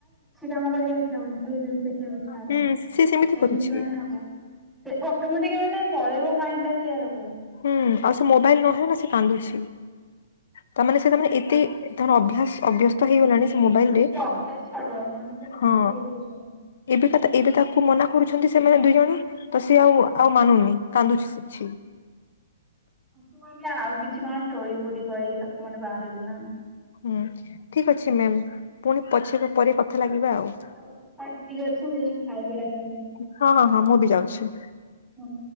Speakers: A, in the centre; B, on the left.
A: କାମ କରିବା ଇଚ୍ଛା ହବନି ଖାଲି ରିଲ୍ ଦେଖିବାକୁ ଇଚ୍ଛା ହବ
B: ହୁଁ ସିଏ ସେମିତି
A: ଏମିତି
B: କରୁଛି।
A: ମାନେ ହବ। ସେ ଅଟୋମେଟିକ ମାନେ ପଳେଇବ ମାଇଣ୍ଡ ଟା ସେଇ ଆଡ଼କୁ।
B: ହୁଁ। ଆଉ ସେ ମୋବାଇଲ ନହେଲେ ନା ସିଏ କାନ୍ଦୁଛି ତା ମାନେ ସିଏ ତା ମାନେ ଏତେ
A: ନା
B: ତାଙ୍କର ଅଭ୍ୟାସ ଅଭ୍ୟସ୍ତ ହେଇ ଗଲାଣି ସେ ମୋବାଇଲ ରେ,
A: ସେ ଅଭ୍ୟାସ ଛାଡୁଆ ନହେଲେ ସେ ନଷ୍ଟ
B: ହଁ।
A: ହେଇଯିବ ସେଗୁଡା।
B: ଏବେ ତା ଏବେ ତାକୁ ମନା କରୁଛନ୍ତି ସେମାନେ ଦୁଇ ଜଣ ତ ସେ ଆଉ ଆଉ ମାନୁନି କାନ୍ଦୁଛିଛି।
A: ତାକୁ ମାନେ ଆଉ କିଛି କଣ ଷ୍ଟୋରି-ଫୋରି କହିକି ତାକୁ ମାନେ ବାଆଁରେଇ ଦଉ ନାହାନ୍ତି।
B: ହୁଁ ଠିକ୍ ଅଛି ମ୍ୟାମ୍। ପୁଣି ପଛିରେ ପରେ କଥା ଲାଗିବା ଆଉ।
A: ହଉ ହଁ ଠିକ୍ ଅଛି ମୁଁ ଯାଇ ଖାଇବି ଡାକି
B: ହଁ ହଁ ହଁ ମୁଁ ବି ଯାଉଛି।
A: ହଁ।